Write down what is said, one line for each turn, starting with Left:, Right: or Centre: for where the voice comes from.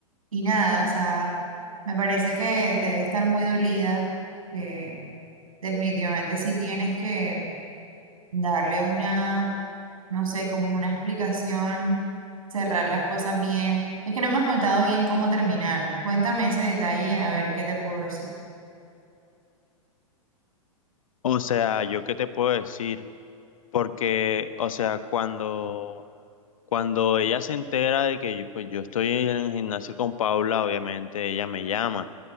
Right: y nada, o sea, me parece que debe estar muy dolida, que definitivamente sí tienes que darle una, no sé, como una explicación, cerrar las cosas bien. Es que no me has contado bien cómo terminaron. Cuéntame ese detalle, a ver qué te puedo decir.
Left: O sea, yo qué te puedo decir, porque, o sea, cuando, cuando ella se entera de que yo, pues, yo estoy en el gimnasio con Paula, obviamente ella me llama.